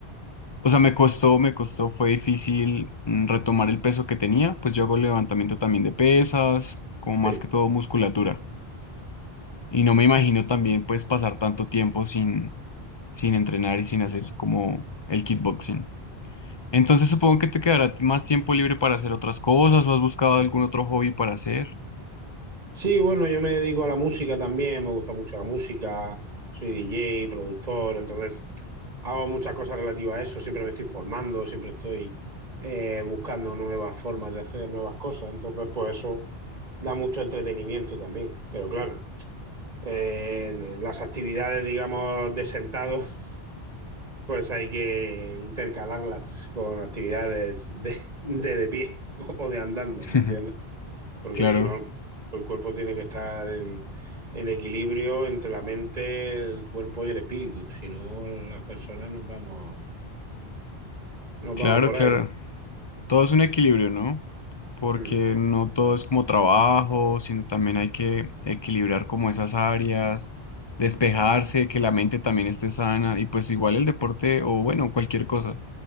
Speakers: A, on the left; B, on the right.
A: O sea, me costó, me costó, fue difícil mm, retomar el peso que tenía. Pues yo hago levantamiento también de pesas, como más
B: sí.
A: que todo musculatura. Y no me imagino también pues pasar tanto tiempo sin, sin entrenar y sin hacer como el kickboxing. Entonces supongo que te quedará más tiempo libre para hacer otras cosas o has buscado algún otro hobby para hacer.
B: Sí, bueno, yo me dedico a la música también, me gusta mucho la música, soy DJ, productor, entonces hago muchas cosas relativas a eso, siempre me estoy formando, siempre estoy eh, buscando nuevas formas de hacer nuevas cosas, entonces pues eso da mucho entretenimiento también, pero claro, eh, las actividades, digamos, de sentado, <laughs> pues hay que intercalarlas con actividades de, de de pie <laughs> o de andando,
A: <laughs>
B: ¿me entiendes? porque
A: Claro,
B: si no, el, el cuerpo tiene que estar en, en equilibrio entre la mente, el cuerpo y el espíritu. Si no, las personas nos vamos, nos
A: claro,
B: vamos por
A: claro.
B: ahí.
A: Todo es un equilibrio, ¿no? Porque
B: Mm,
A: no todo es como trabajo, sino también hay que equilibrar como esas áreas, despejarse, que la mente también esté sana y pues igual el deporte o bueno, cualquier cosa.